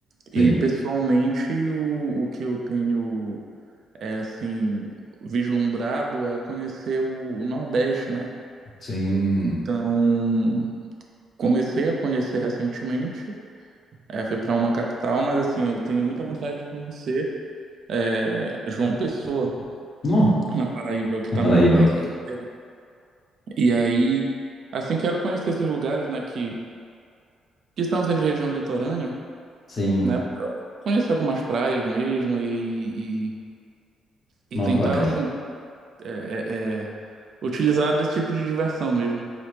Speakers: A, on the right; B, on the left.
A: E,
B: Sim.
A: pessoalmente, o, o que eu tenho, é, assim, vislumbrado é conhecer o o Nordeste, né?
B: Sim.
A: Então, comecei a conhecer recentemente. É, fui para uma capital, mas assim, eu tenho muita vontade de conhecer é, João Pessoa,
B: Nó,
A: na Paraíba, que está
B: na Paraíba.
A: no meu próximo roteiro. E aí, assim, quero conhecer esses lugares, né, que, que são assim, de região litorânea,
B: Sim.
A: né, pra conhecer algumas praias mesmo e, e, e
B: Nó,
A: tentar,
B: que bacana.
A: assim, é, é, é, utilizar desse tipo de diversão mesmo.